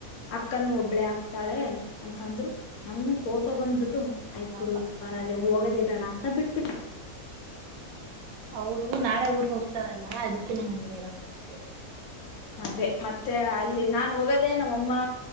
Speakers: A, on the left; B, on the right.
A: ಅಕ್ಕನು ಒಬ್ಳೆ ಆಕ್ತಾಳೆ ಅಂತ ಅಂದ್ರು ನಂಗ ಕೋಪ ಬಂದ್ಬಿಟ್ಟು ಐತು
B: ಪಾಪ
A: ಬಿಡು ಬರ ಹೋಗದೇ ಬೇಡ ಅಂತ ಬಿಟ್ಬಿಟ್ಟು
B: ಅವರು ನಾಳೆ ಊರ್ಗ್ ಹೋಗ್ತಾರಲ್ಲ ಅದಿಕೆ ನಿಂಗ್ ಹಂಗ್ ಹೇಳವರು ಅಷ್ಟೇ.
A: ಅದೇ ಮತ್ತೆ ಅಲ್ಲಿ ನಾ ಹೋಗೋದೇ ನಮ್ಮಮ್ಮ